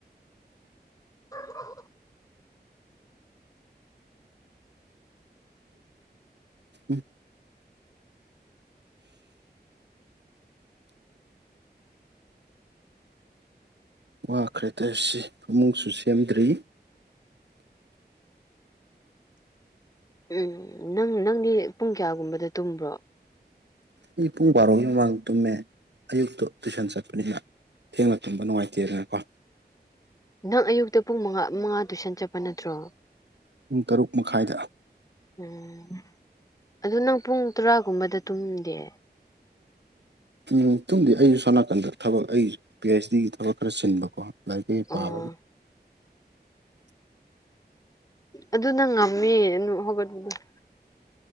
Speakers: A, on the left; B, on the right.
A: <unintelligible>
B: ꯎ ꯋꯥꯈ꯭ꯔꯦ ꯇꯁꯤ ꯑꯃꯨꯛꯁꯨ ꯁꯦꯝꯗ꯭ꯔꯤ
A: ꯎꯝ ꯅꯪ ꯅꯪꯗꯤ ꯄꯨꯡ ꯀꯌꯥꯒꯨꯝꯕꯗ ꯇꯨꯝꯕ꯭ꯔꯣ
B: ꯑꯩ ꯄꯨꯡ ꯕꯥꯔꯣꯒꯤ ꯃꯃꯥꯡ ꯇꯨꯝꯃꯦ ꯑꯌꯨꯛꯇꯣ ꯇꯨꯏꯁꯟ ꯆꯠꯄꯅꯤꯅ ꯊꯦꯡꯂ ꯇꯨꯝꯕ ꯅꯨꯡꯉꯥꯏꯇꯦ ꯑꯗꯨꯅꯀꯣ
A: ꯅꯪ ꯑꯌꯨꯛꯇ ꯄꯨꯡ ꯃꯉꯥ ꯃꯉꯥ ꯇꯨꯏꯁꯟ ꯆꯠꯄ ꯅꯠꯇ꯭ꯔꯣ
B: ꯄꯨꯡ ꯇꯔꯨꯛ ꯃꯈꯥꯏꯗ
A: ꯎꯝ ꯑꯗꯨ ꯅꯪ ꯄꯨꯡ ꯇꯔꯥꯒꯨꯝꯕꯗ ꯇꯨꯝꯗꯦ
B: ꯃꯇꯨꯡꯨꯡꯗꯤ ꯑꯩꯁꯨ ꯁꯣꯝꯅꯥꯀꯟꯗ ꯊꯕꯛ ꯑꯩ ꯄꯤ ꯑꯩꯆ ꯗꯤꯒꯤ ꯊꯕꯛ ꯈꯔ ꯁꯤꯟꯕꯀꯣ ꯂꯥꯏꯒꯤ ꯄꯥꯕꯒꯦ
A: ꯑꯣ ꯑꯗꯨꯅ ꯉꯝꯃꯦ ꯍꯧꯒꯠꯄꯗ